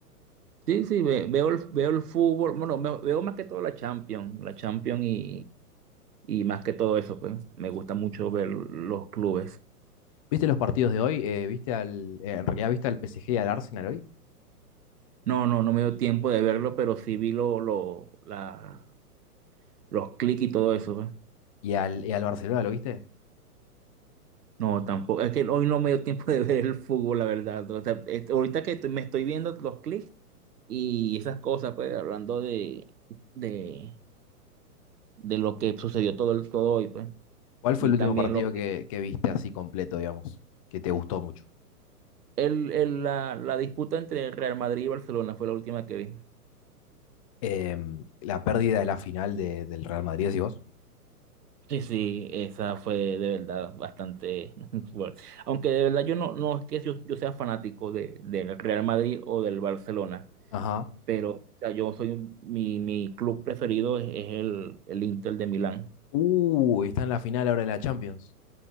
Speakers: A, on the right; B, on the left.
A: Sí, sí, ve- veo, el, veo el fútbol, bueno, me- veo más que todo la Champions, la Champions y, y más que todo eso, pues me gusta mucho ver los clubes.
B: ¿Viste los partidos de hoy? Eh, ¿viste al, eh, en realidad viste al PSG y al Arsenal hoy?
A: No, no, no me dio tiempo de verlo, pero sí vi lo, lo, la, los clics y todo eso, pues.
B: ¿Y al, y al Barcelona, lo viste?
A: No, tampoco. Es que hoy no me dio tiempo de ver el fútbol, la verdad. O sea, este, ahorita que estoy- me estoy viendo los clips y esas cosas, pues, hablando de, de, de lo que sucedió todo, el- todo hoy, pues.
B: ¿Cuál
A: Vi
B: fue el último
A: también
B: partido
A: lo que,
B: que, que viste así completo, digamos? Que te gustó mucho.
A: el, el- la, la disputa entre Real Madrid y Barcelona fue la última que vi.
B: Em, la pérdida de la final de- del Real Madrid, ¿decís vos?
A: Sí, sí, esa fue de verdad bastante <laughs> fuerte. Aunque de verdad yo no, no es que yo, yo sea fanático de, del Real Madrid o del Barcelona.
B: Ajá.
A: pero o sea, yo soy, un- mi, mi club preferido es, es el, el Inter de Milán.
B: Uh, está en la final ahora de la Champions.